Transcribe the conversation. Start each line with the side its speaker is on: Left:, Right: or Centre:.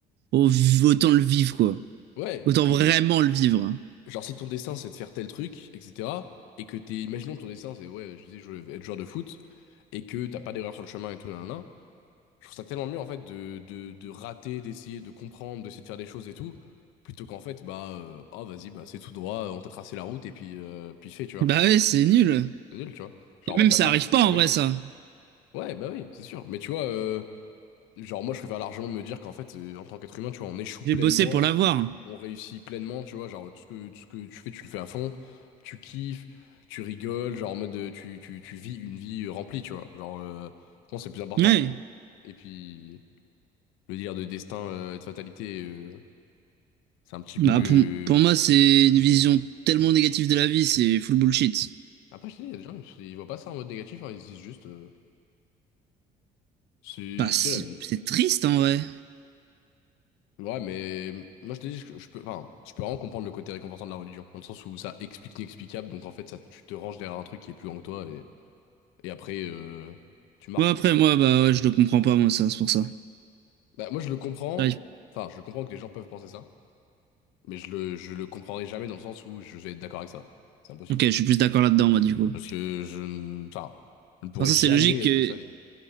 Right: au- autant le vivre, quoi.
Left: Ouais,
Right: Autant
Left: et puis
Right: vraiment
Left: même
Right: le vivre.
Left: genre si ton destin c'est de faire tel truc, etc. Et que t'es, imaginons ton destin c'est ouais, je disais je veux être joueur de foot. et que t'as pas d'erreur sur le chemin et tout, nanana, je trouve ça tellement mieux en fait de, de, de rater, d'essayer, de comprendre, d'essayer de faire des choses et tout, plutôt qu'en fait, bah, euh, oh vas-y, bah c'est tout droit, on t'a tracé la route et puis, euh, puis fais, tu vois.
Right: Bah ouais, c'est nul.
Left: C'est nul, tu vois. Genre
Right: Et même,
Left: en fait, t'as
Right: ça
Left: pas,
Right: arrive pas,
Left: t'as pas
Right: en
Left: vécu.
Right: vrai, ça.
Left: Ouais, bah oui, c'est sûr. Mais tu vois, euh, genre moi, je préfère largement me dire qu'en fait, euh, en tant qu'être humain, tu vois, on échoue pleinement,
Right: J'ai bossé pour l'avoir.
Left: on réussit pleinement, tu vois, genre tout ce que, tout ce que tu fais, tu le fais à fond, tu kiffes, tu rigoles, genre en mode, euh, tu, tu, tu vis une vie euh, remplie, tu vois. Genre, euh, bon, c'est le plus important.
Right: Ouais.
Left: Et puis, le délire de destin, euh, de fatalité, euh, c'est un petit
Right: Bah,
Left: peu.
Right: pour, pour moi,
Left: euh,
Right: c'est une vision tellement négative de la vie, c'est full bullshit.
Left: Après, je te dis, il y a des gens, ils, ils voient pas ça en mode négatif, hein, ils se disent juste, euh, c'est
Right: Bah, c'est
Left: c'est la vie.
Right: c'est triste, en vrai.
Left: Ouais, mais moi, je te dis, je, je peux, enfin, je peux vraiment comprendre le côté réconfortant de la religion, dans le sens où ça explique l'inexplicable, donc en fait, ça, tu te ranges derrière un truc qui est plus grand que toi, et, et après, euh, tu marches,
Right: Moi, après,
Left: quoi.
Right: moi, bah, ouais, je le comprends pas, moi, ça, c'est pour ça.
Left: Bah, moi, je le comprends,
Right: Ouais,
Left: enfin, je comprends que les gens peuvent penser ça, mais je le, je le comprendrai jamais dans le sens où je vais être d'accord avec ça. C'est impossible.
Right: Ok, je suis plus d'accord là-dedans, moi, du coup.
Left: Parce que je, ne- enfin, je ne pourrais
Right: Enfin,
Left: jamais
Right: ça, c'est logique.
Left: être
Right: euh,
Left: de sa vie.